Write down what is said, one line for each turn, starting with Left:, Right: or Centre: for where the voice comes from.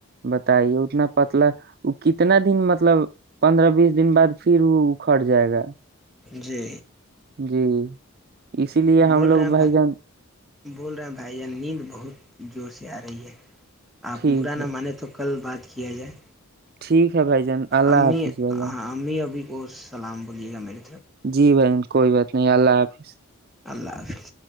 Right: بتائیے اتنا پتلا وہ کتنا دن مطلب پندرہ بیس دن بعد پھر وہ اکھڑ جائے گا
Centre: جی
Right: جی <unintelligible> اسی لیے ہم
Centre: بول
Right: لوگ
Centre: رہے ہیں
Right: بھائی جن
Centre: بول رہے ہیں بھائی جان نیند بہت جوڑ سے ا رہی ہے آپ
Right: ٹھیک
Centre: برا
Right: ہے
Centre: نہ مانے تو کل بات کیا جائے
Right: ٹھیک ہے بھائی جان اللہ
Centre: امی
Right: حافظ بھائی جان
Centre: ہ امی ابھی اور سلام بولیے گا میرے
Right: جی بھائی کوئی بات نہیں اللہ حافظ
Centre: اللہ حافظ